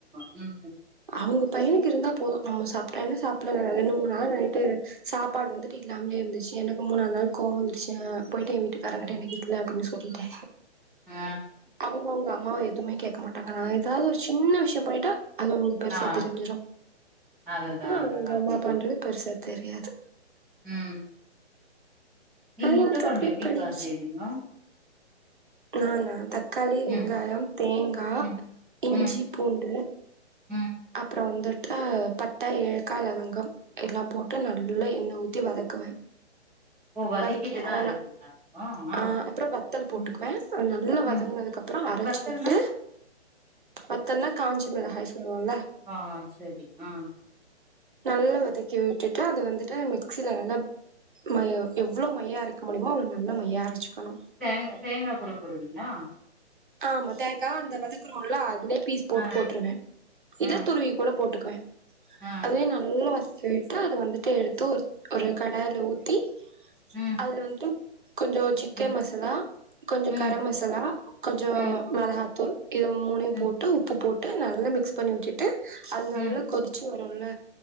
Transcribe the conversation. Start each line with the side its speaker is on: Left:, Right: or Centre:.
Centre: ம்
Right: அவங்க பையனுக்கு இருந்தா போதும் நம்ம சாப்பிட்டா என்ன சா ரெண்டு மூனு நாளா நைட்டு சாப்பாடு வந்துட்டு இல்லாமே இருந்துச்சு எனக்கு மூணா நாளு கோவம் வந்துருச்சா போய்ட்டு என் வீட்டு காறங்ககிட்ட
Centre: ம்
Right: எனக்கு இல்ல அப்புடினு சொல் லிட்ட
Centre: ஆ
Right: அவுங்க அவுங்க அம்மாவ எது வுமே கேக்க மாட்டாங்க நா எதாவது ஒரு சின்ன விஷியோ பண்ணிட்டா அது அவங்களுக்கு பெருசா
Centre: ஆ
Right: தெரிஞ்சிரு
Centre: அதுதா
Right: ஆனா
Centre: அதுதா
Right: அவங்க
Centre: அப்டிதா
Right: அம்மா பண்றது பெருசா தெரியாது
Centre: ம் நீங்க
Right: ஆஹ
Centre: முட்ட
Right: எனக்கு
Centre: கொழம்பு
Right: அப்படி
Centre: எப்டிப்பா
Right: பலகிச்சு
Centre: செய்வீங்க
Right: நானானா தக்காளி வெங்காயம்
Centre: ம்
Right: தேங்கா
Centre: ம்
Right: இஞ்சி
Centre: ம்
Right: பூண்டு
Centre: ம்
Right: அப்புறோ வந்துட்டு பட்ட ஏலக்காய் லவங்கம் எல்லாம் போட்டு நல்லா எண்ணய் ஊத்தி வதக்குவ
Centre: ஓ வதக்கிட்டுதா
Right: வதக்கி அத
Centre: அரைப்பீங்களா
Right: நா
Centre: நீங்க ஆ
Right: ஆஹ் அப்புறோ வத்தல் போட்டுக்குவ
Centre: ம்
Right: அ நல்லா வதங்கினதுக்கு
Centre: ம்
Right: அப்புறோ அரச்சு
Centre: வத்தல்னா
Right: விட்டு வத்தல்னா காஞ்சமிளகாய் சொல்லுவோல்ல
Centre: ஆஹ் செரி ஆஹ்
Right: நல்லா வதக்கி விட்டுட்டு அது வந்துட்டு மிக்சியில நல்லா ம எவ்ளோ மையா அரைக்க முடியுமோ அவ்வளொ நல்ல மையா அரச்சுக்கணு
Centre: தேங்க தேங்கா கூட போடுவிங்ளா
Right: ஆமா தேங்கா அந்த வெதக்குறோல்ல அதுலயே ஃபீஸ் போட்டு
Centre: ஆ
Right: போட்டுருவே இத
Centre: ஆ
Right: துருவி கூட போட்டுக்குவ
Centre: ஆ
Right: அதுவே நல்ல வதக் ச்சுட்டு அது வந்துட்டு எடுத்து ஒரு ஒரு கடாயில ஊத்தி
Centre: ம்
Right: அதுல வந்து கொஞ்சோ சிக்கன்
Centre: ம்
Right: மசாலா கொஞ்சொ
Centre: ம்
Right: கரம் மசாலா கொஞ்சொ
Centre: ம்
Right: மெளகாத்தூள் இது மூணையு
Centre: ம்
Right: போட்டு உப்பு போட் டு நல்லா மிக்ஸ் பண்ணி வுச்சுட்டு அது நல்லா
Centre: ம்
Right: கொதிச் சு வருல